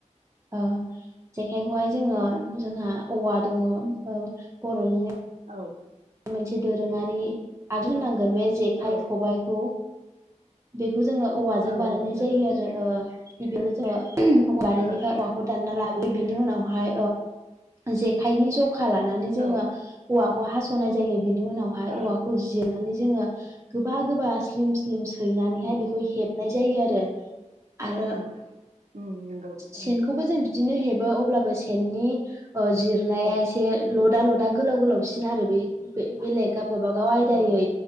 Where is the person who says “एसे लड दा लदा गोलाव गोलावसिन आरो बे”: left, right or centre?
Right